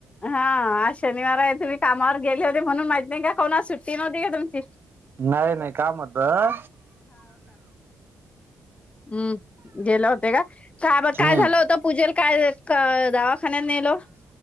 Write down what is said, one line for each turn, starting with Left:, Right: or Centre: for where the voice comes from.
Left: हा शनिवार आहे तुम्ही कामावर गेले होते म्हणून माहित नाही का कोनास सुट्टी नव्हती का तुमची
Right: नाही नाही काम होतं..
Left: हं गेलं होते का? का बरं काय
Right: हम्म
Left: झालं होतं पूजेला काय दाव... खने नलो <unintelligible>